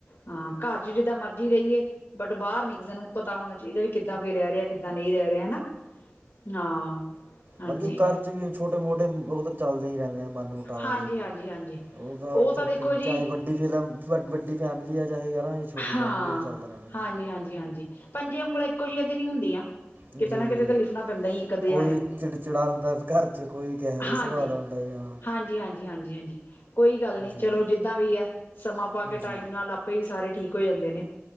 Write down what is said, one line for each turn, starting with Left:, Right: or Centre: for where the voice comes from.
Left: ਹਾਂ ਘਰ ਚ ਜਿੱਦਾਂ ਮਰਜ਼ੀ ਰਹੀਏ, ਬਟ ਬਾਹਰ ਨੀ ਕਿਸੇ ਨੂੰ ਪਤਾ ਹੋਣਾ ਚਾਹੀਦਾ, ਵੀ ਕਿੱਦਾਂ ਕੋਈ ਰਹਿ ਰਿਹਾ ਕਿ। ਇਦਾਂ ਨਹੀਂ ਰਹਿ ਰਿਹਾ ਹਨਾ ਹਾਂ। ਹਾਂਜੀ
Right: ਬਾਲਕੀ ਘਰ ਚ ਵੀ ਛੋਟੇ ਮੋਟੇ ਉਹ ਤਾਂ ਚੱਲਦੇ ਹੀ ਰਹਿੰਦੇ ਆ ਮਨ ਮਟਾਵ
Left: ਹਾਂਜੀ
Right: ਜੇ,
Left: ਹਾਂਜੀ ਹਾਂਜੀ
Right: ਉਹਦਾ
Left: ਉਹ ਤਾਂ
Right: ਚ
Left: ਦੇਖੋ ਜੀ
Right: ਚਾਹੇ ਵੱਡੀ ਫਿਲਮ ਵ ਵੱਡੀ ਫੈਮਿਲੀ ਹੈ, ਚਾਹੇ ਯਾਰ ਛੋਟੀ
Left: ਹਾਂ,
Right: ਫੈਮਿਲੀ ਹੈ। ਚੱਲਦੇ ਰਹਿਣਗੇ।
Left: ਹਾਂਜੀ -ਹਾਂਜੀ -ਹਾਂਜੀ। ਪੰਜੇ, ਉਂਗਲਾਂ ਇੱਕੋ ਜਹੀਆਂ ਤੇ ਨਹੀ ਹੁੰਦੀਆਂ।
Right: ਜੀ,
Left: ਕਿਤੇ ਨਾ ਕਿਤੇ
Right: ਜੀ
Left: ਤਾਂ ਲਿਖਣਾ ਪੈਂਦਾ ਹੀ ਇੱਕ ਅੱਧੇ
Right: ਕੋਈ
Left: ਜਾਣੇ ਨੂੰ
Right: ਚਿੜਚਿੜਾ ਹੁੰਦਾ, ਘਰ ਚ ਕੋਈ ਕਿਹੋ ਜਿਹੇ
Left: ਹਾਂਜੀ,
Right: ਸੁਭਾਅ ਦਾ ਹੁੰ ਆ
Left: ਹਾਂਜੀ -ਹਾਂਜੀ -ਹਾਂਜੀ -ਹਾਂਜੀ ਕੋਈ ਗੱਲ ਨਹੀਂ
Right: ਜੀ
Left: ਚਲੋ, ਜਿੱਦਾਂ ਵੀ ਹੈ, ਸਮਾਂ ਪਾ ਕੇ ਟਾਈਮ
Right: ਜੀ
Left: ਨਾਲ ਆਪ ਭਈ ਸਾਰੇ ਠੀਕ ਹੋ ਜਾਂਦੇ ਨੇ